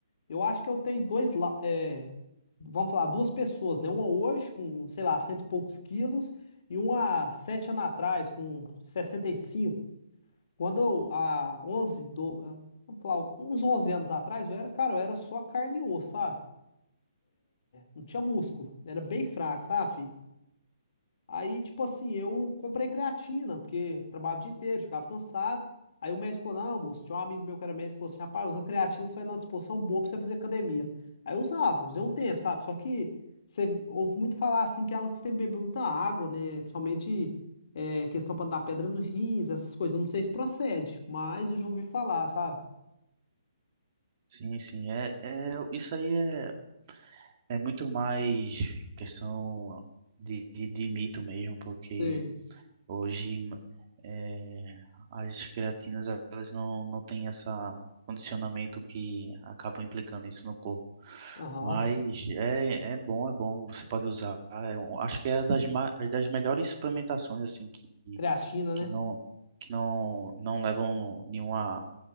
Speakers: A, on the left; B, on the right.
A: eu acho que eu tenho dois, la- é, vamos falar, duas pessoas, né? Uma hoje com, sei lá, cento e poucos quilos e uma sete anos atrás com 65. Quando eu, há 11 do, ah, vamos falar, uns 11 anos atrás, eu era, cara, eu era só carne e osso, sabe? Não tinha músculo, era bem fraco, sabe? filho? Aí, tipo assim, eu comprei creatina, porque trabalhava o dia inteiro, ficava cansado. Aí o médico falou, não, moço, tinha um amigo meu que era médico, falou assim, rapaz, usa creatina que você vai numa disposição boa pra você fazer academia. Aí eu usava, usei um tempo, sabe? Só que você ouve muito falar, assim, que ela tem que beber muita água, né? Principalmente é, questão pra não dar pedra no rins, essas coisas. Eu Não sei se procede, mas eu já ouvi falar, sabe?
B: Sim, sim, é, é isso aí é. É muito mais questão de, de, de mito mesmo, porque
A: Sei.
B: hoje é, as creatinas elas não, não têm esse condicionamento que acabam implicando isso no corpo.
A: Aham.
B: Mas é, é bom, é bom, você pode usar. É um- acho que é das, ma- é das melhores suplementações assim que, que
A: Creatina, né?
B: que não, que não, não levam nenhuma